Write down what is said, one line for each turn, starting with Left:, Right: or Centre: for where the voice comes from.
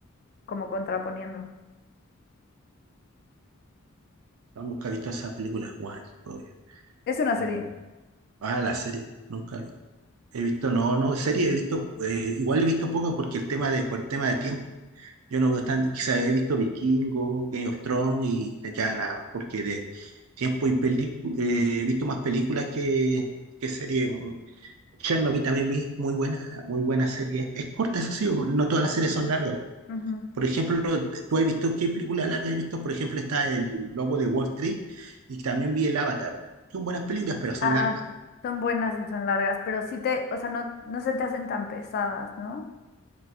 Left: como contraponiendo.
Right: no, nunca he visto esa película. ¿Cuál? Obvio.
Left: Es una
Right: Mm.
Left: serie.
Right: Ah, la serie. Nunca. He visto, no, no, serie he visto, eh, igual he visto poca porque el tema de, por el tema de tiempo. Yo no veo tan, quizás he visto Vikingo, Game of Thrones y ya nada, porque de tiempo y película, he visto más películas que, que series. Chernobyl también vi, muy buena, muy buena serie. Es corta, eso sí, no todas las series son largas. po.
Left: Ujú.
Right: Por ejemplo, tú has visto, ¿qué película larga has visto? Por ejemplo, está El Lobo de Wall Street y también vi El Avatar. Son buenas películas, pero son
Left: Ah,
Right: largas.
Left: son buenas y son largas, pero sí te, o sea, no, no se te hacen tan pesadas, ¿no?